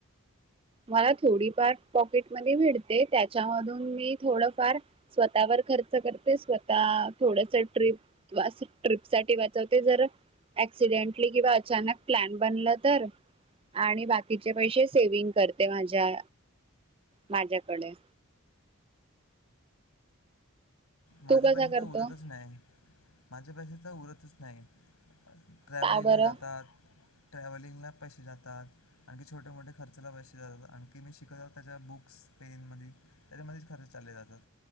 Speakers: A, on the right; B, on the left.
A: मला थोडीफार पॉकेट मनी भेटते त्याच्या मधून मी थोडफार स्वतःवर खर्च करते स्वतः थोडसं ट्रिप अस ट्रीप साठी वाचवते जरा अऍक्सिडेंटली किंवा अचानक प्लॅन बनलं तर आणि बाकीचे पैसे सेव्हिंग करते माझ्या माझ्याकडे.
B: माझ्यापाशी
A: तू कसा करतो
B: तर उरतच नाही माझ्या पाशी तर उरतच नाही ट्रॅव्हलीने
A: का बरं
B: जातात ट्रॅव्हलिंगला पैसे जातात आणखी छोटे मोठे खर्चाला पैसे जातात आणखी मी शिकत आहे त्याच्या बुक्स पेन मधी त्याच्यामध्येच खर्च चालले जातात